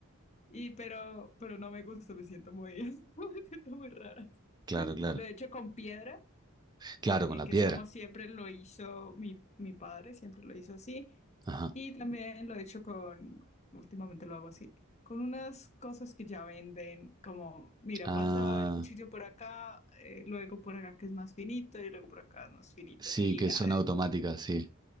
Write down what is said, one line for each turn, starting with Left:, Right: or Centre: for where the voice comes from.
Left: y pero pero no me gusta, me siento muy <laughs> me siento muy rara.
Right: claro, claro.
Left: Lo he hecho con piedra
Right: Claro,
Left: eh,
Right: con la
Left: que
Right: piedra.
Left: es como siempre lo hizo mi, mi padre, siempre lo hizo así.
Right: Ajá.
Left: Y también lo he hecho con, últimamente lo hago así, con unas cosas que ya venden, como, mira,
Right: Ah,
Left: pasa el cuchillo por acá, eh, luego por acá que es más finito y luego por acá es más finito.
Right: sí,
Left: Y
Right: que
Left: ah,
Right: son automáticas, sí.